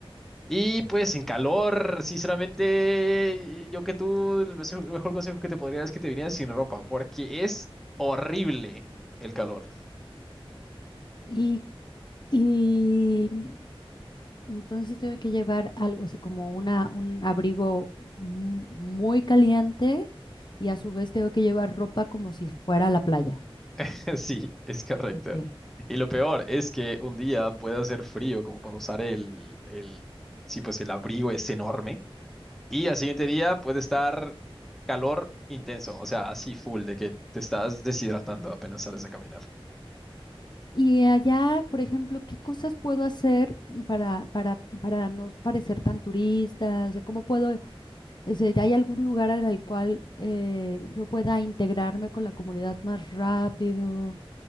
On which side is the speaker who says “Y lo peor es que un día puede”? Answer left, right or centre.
Centre